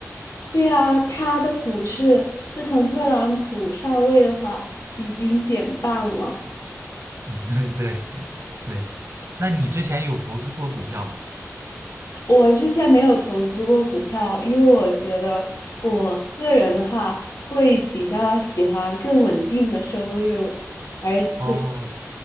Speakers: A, on the left (about 75°); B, on the right (about 55°).
A: 对啊，它的股市自从特朗普上位的话，已经减半了。
B: <laughs> 对对，那你之前有投资过股票吗？
A: 我之前没有投资过股票，因为我觉得我个人的话会比较喜欢更稳定的收入，而且
B: 哦，